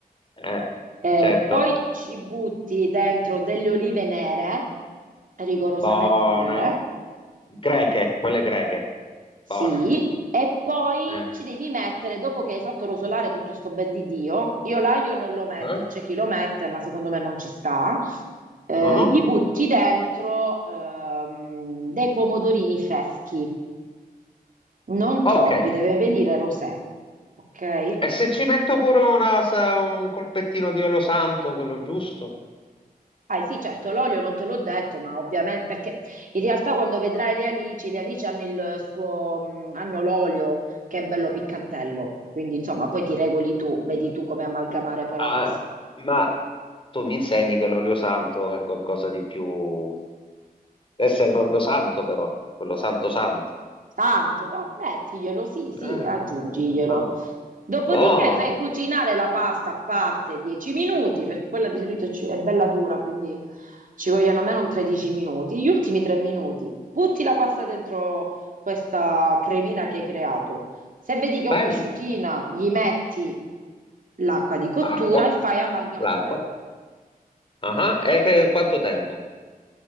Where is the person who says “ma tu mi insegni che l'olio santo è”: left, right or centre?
Left